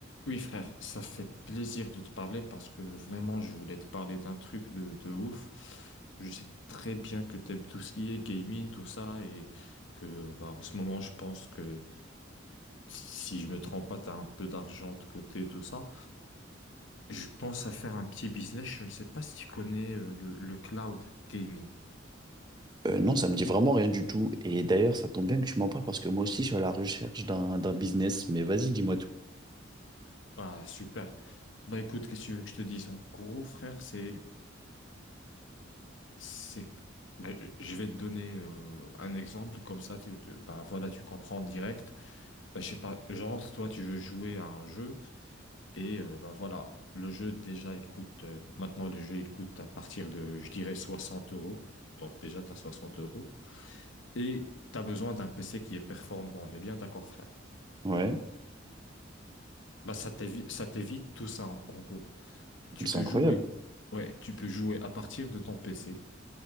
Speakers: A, on the left (about 65°); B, on the right (about 20°).
A: Oui, frère, ça fait plaisir de te parler parce que vraiment, je voulais te parler d'un truc de, de ouf. Je sais très bien que t'aimes tout ce qui est gaming, tout ça, et que bah, en ce moment, je pense que si je me trompe pas, t'as un peu d'argent de côté, tout ça. Je pense à faire un petit business. Je ne sais pas si tu connais euh, le, le cloud gaming.
B: Euh, non, ça me dit vraiment rien du tout. Et d'ailleurs, ça tombe bien que tu m'en parles parce que moi aussi, je suis à la recherche d'un d'un business. Mais vas-y, dis-moi tout.
A: Ah, super. Bah écoute, qu'est-ce que tu veux que je te dise? En gros, frère, c'est C'est, ben, je vais te donner euh, un exemple, comme ça tu, tu- bah, voilà, tu comprends en direct. Ben, je sais pas, genre, toi tu veux jouer à un jeu et euh, bah, voilà, le jeu déjà il coûte, euh, maintenant le jeu il coûte à partir de, je dirais, 60 euros. Donc déjà tu as 60 euros. Et tu as besoin d'un PC qui est performant, on est bien d'accord frère.
B: Ouais,
A: Bah, ça t'évite, ça t'évite tout ça en, en gros. Tu
B: c'est
A: peux
B: incroyable.
A: jouer, ouais, tu peux jouer à partir de ton PC.